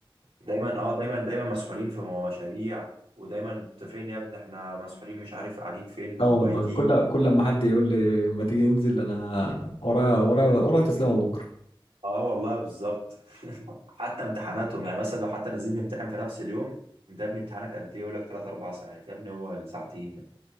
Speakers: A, on the right; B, on the left.
A: دايما اه دايما دايما مسحولين في مو- مشاريع ودايما انت فين يا ابني احنا مسحولين مش عارف قاعدين فين
B: اه
A: وبايتين
B: والله كل كل ما حد يقول لي ما تيجي ننزل انا ورايا ورايا ورايا تسليمه بكره
A: اه والله بالظبط حتى امتحاناتهم يعني مثلا لو حتى نازلين نمتحن في نفس اليوم انت يا ابني امتحانك قد ايه يقول لك 3 4 ساعات يا ابني هو الساعتين يا ابني.